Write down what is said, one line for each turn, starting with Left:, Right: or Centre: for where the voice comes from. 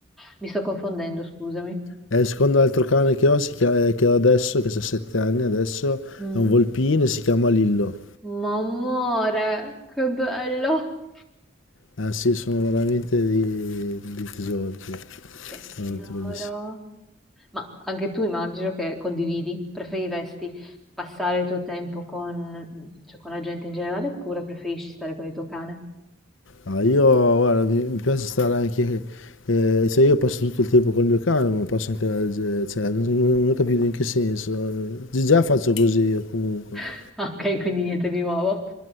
Centre: Mi sto confondendo, scusami.
Left: E il secondo altro cane che ho, si chia- eh, che ho adesso, che ha sette anni adesso,
Centre: Mm.
Left: è un volpino e si chiama Lillo.
Centre: Ma amore, che bello!
Left: Ah sì, sono veramente dei, dei tesori, sì,
Centre: Che tesoro!
Left: veramente bellissimi.
Centre: Ma anche tu immagino che condividi, preferiresti passare il tuo tempo con, cioè, con la gente in generale oppure preferisci stare con il tuo cane?
Left: Ah, io guarda, mi, mi piace stare anche, eh, cioè io passo tutto il tempo col mio cane, ma passo anche, la- ge- cioè, non, non ho capito in che senso. eh. Già faccio così io comunque.
Centre: <laughs> Ok, quindi niente di nuovo.